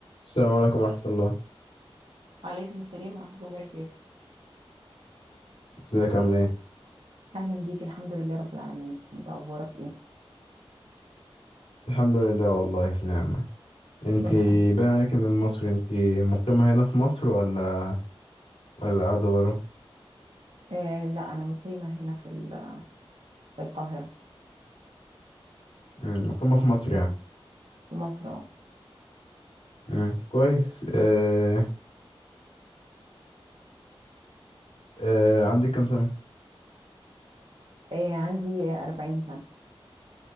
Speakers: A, on the left; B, on the right.
A: السلام عليكم ورحمة الله
B: وعليكم السلام ورحمة الله وبركاته
A: ازيك عامل ايه؟
B: أهلا بيك الحمد لله رب العالمين أنت أخبارك إيه؟
A: الحمد لله والله في نعمة انتي
B: الحمد
A: باين عليك من مصر انتي مقيمة هنا في مصر ولا ولا قاعدة برا؟
B: آه لا أنا مقيمة هنا في ال- في القاهرة
A: مم، مقيمة في مصر يعني
B: في مصر أه
A: مم، كويس آه... آه... عندك كام سنة؟
B: آه، عندي 40 سنة